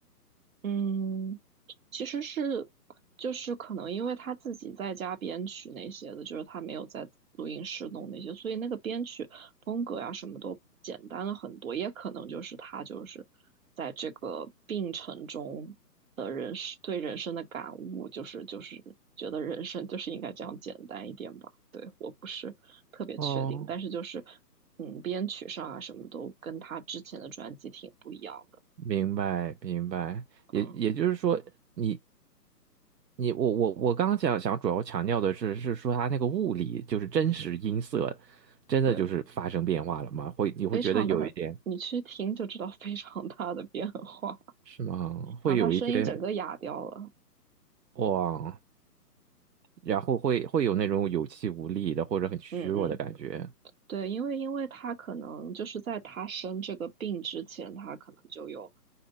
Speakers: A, on the right (about 55°); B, on the right (about 80°).
A: 嗯，其实是就是可能因为他自己在家编曲那些的，就是他没有在录音室弄那些，所以那个编曲风格呀、什么都简单了很多。也可能就是他就是在这个病程中的人生对人生的感悟，就是就是觉得人生就是应该这样简单一点吧。对，我不是特别确定，
B: 哦，
A: 但是就是嗯，编曲上啊什么都跟他之前的专辑挺不一样的。
B: 明白，明白，也也就是说你，
A: 嗯，
B: 你我我我刚刚想想主要强调的是，是说它那个物理就是真实音色，真的就是发生变化了吗？
A: 对。
B: 会你会觉得有一点
A: 非常大的，你去听就知道非常大的变化。
B: 是吗？
A: 然后他声音整个哑掉了。
B: 会有一些哇，然后会会有那种有气无力的或者很虚弱的感觉。
A: 嗯嗯，对，因为因为他可能就是在他生这个病之前，他可能就有